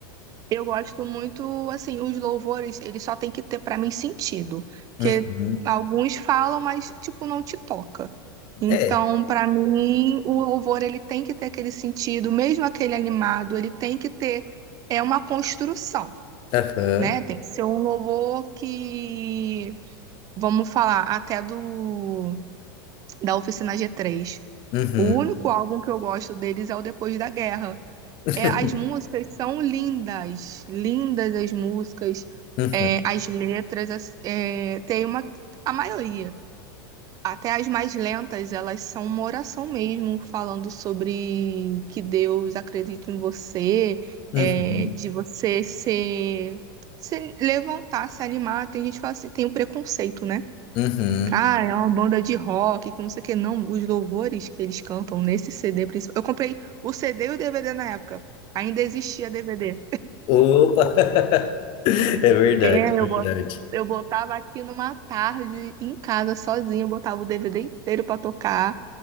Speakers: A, on the right; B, on the left.
A: Eu gosto muito, assim, os louvores, eles só tem que ter pra mim sentido, que
B: Uhum.
A: alguns falam, mas tipo não te toca. Então,
B: É.
A: pra mim, o louvor ele tem que ter aquele sentido, mesmo aquele animado, ele tem que ter é uma construção,
B: Aham.
A: né? Tem que ser um louvor que, vamos falar, até do da Oficina G3.
B: Uhum.
A: O único álbum que eu gosto deles é o Depois da Guerra.
B: <laughs>
A: É, as músicas são lindas, lindas as músicas,
B: Uhum.
A: é, as letras, as- é, tem uma, a maioria. Até as mais lentas, elas são uma oração mesmo, falando sobre que Deus acredita em você,
B: Uhum.
A: é, de você ser, se levantar, se animar. Tem gente que fala assim, tem o preconceito, né?
B: Uhum.
A: Ah, é uma banda de rock, que não sei o que, não. Os louvores que eles cantam nesse CD principal. Eu comprei o CD e o DVD na época. Ainda existia DVD.
B: Opa! <laughs> É verdade,
A: É, eu
B: é
A: bot-
B: verdade.
A: eu botava aqui numa tarde em casa sozinha, eu botava o DVD inteiro pra tocar.